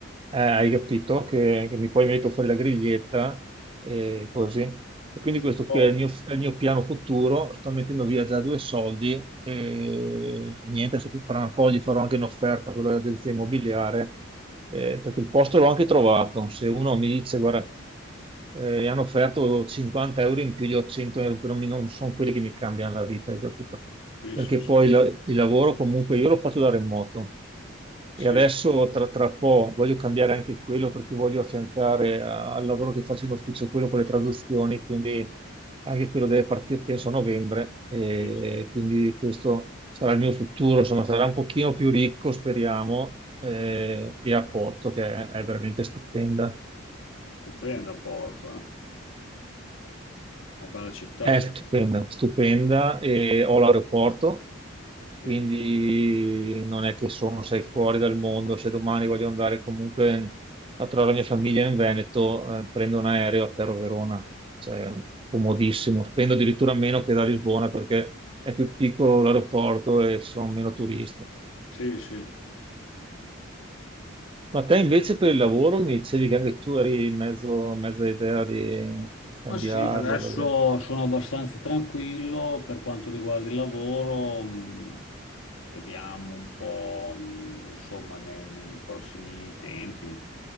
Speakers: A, on the right; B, on the left.
A: eh, hai capito che, che mi poi metto fuori la griglietta e così. E quindi
B: così
A: questo
B: poco.
A: qui è il mio, è il mio piano futuro. Sto mettendo via già due soldi e niente, adesso fra un po' gli farò anche un'offerta a quella dell'agenzia immobiliare eh, perché il posto l'ho anche trovato. Se uno mi dice, guarda, eh, gli hanno offerto 50 euro in più, io ho 100 euro, però mi- non sono quelli che mi cambiano la vita, hai capito?
B: Sì,
A: Perché
B: sì, sì,
A: poi la- il lavoro comunque io lo faccio da remoto. E
B: sì,
A: adesso tra, tra po' voglio cambiare anche quello perché voglio affiancare a- al lavoro che faccio in ufficio quello con le traduzioni, quindi anche quello deve partire penso a novembre e
B: sì, sì.
A: quindi questo sarà il mio futuro, insomma sarà un pochino più ricco speriamo eh, e a porto che è, è veramente stupenda.
B: Stupenda Porto, eh. Una bella città.
A: È stupenda, stupenda e ho l'aeroporto,
B: Sì,
A: quindi non è che sono, sei fuori dal mondo. Se domani voglio andare comunque a trovare la mia famiglia in Veneto, eh, prendo un aereo, atterro a Verona, cioè comodissimo. Spendo addirittura meno che da Lisbona perché è più piccolo l'aeroporto e ci sono meno turisti.
B: sì, sì.
A: Ma te invece per il lavoro mi dicevi che anche tu eri in mezzo, mezza idea di cambiarlo,
B: Ma sì, adesso
A: perché-
B: sono abbastanza tranquillo per quanto riguarda il lavoro. mh, Vediamo un po', mh, insomma, ne- ne- nei, prossimi tempi,